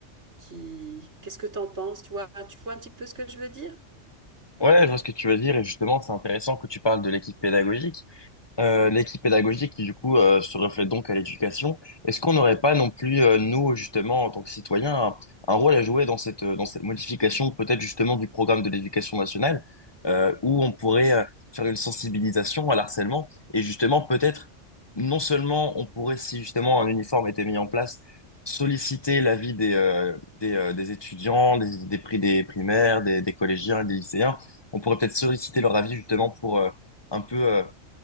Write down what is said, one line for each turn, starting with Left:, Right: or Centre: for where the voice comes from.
Right: qui... Qu'est-ce que t'en penses? Tu vois, tu vois un petit peu ce que je veux dire?
Left: Ouais, je vois ce que tu veux dire et justement, c'est intéressant que tu parles de l'équipe pédagogique euh, l'équipe pédagogique qui du coup euh, se reflète donc à l'éducation. Est-ce qu'on n'aurait pas non plus euh, nous justement en tant que citoyens un, un rôle à jouer dans cette euh, dans cette modification peut-être justement du programme de l'éducation nationale euh, où on pourrait euh, faire une sensibilisation à l'harcèlement et justement peut-être non seulement on pourrait si justement un uniforme était mis en place solliciter l'avis des euh, des, euh, des étudiants des des prix des primaires des, des collégiens et des lycéens on pourrait peut-être solliciter leur avis justement pour euh, un peu euh,